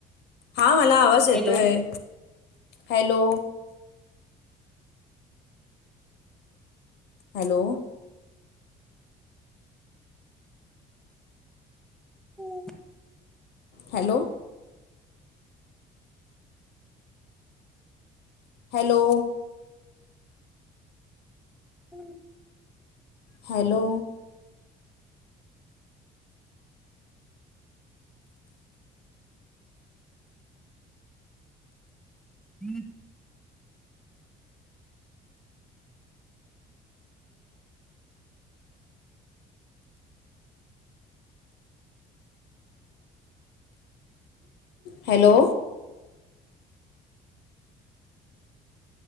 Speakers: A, on the left; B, in the centre.
A: हा- मला आवाज येतोय.
B: Hello Hello
A: हॅलो हॅलो
B: हम्म
A: हॅलो हॅलो
B: हम्
A: हॅलो
B: हम्
A: हॅलो